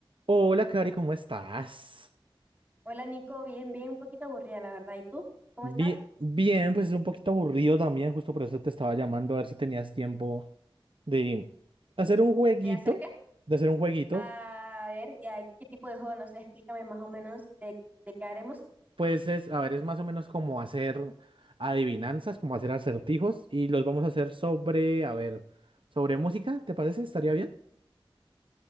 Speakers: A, on the right; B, on the right.
A: Hola, Cari, ¿cómo estás?
B: Hola Nico, bien, bien, un poquito aburrida la verdad. ¿Y tú? ¿Cómo
A: Bien,
B: estás?
A: bien, pues es un poquito aburrido también, justo por eso te estaba llamando a ver si tenías tiempo de hacer un jueguito,
B: ¿De hacer qué?
A: de hacer un jueguito.
B: A ver, ya, ¿qué tipo de juego? No sé, explícame más o menos de, de qué haremos.
A: Pues es, a ver, es más o menos como hacer adivinanzas, como hacer acertijos y los vamos a hacer sobre, a ver, sobre música, ¿te parece? ¿Estaría bien?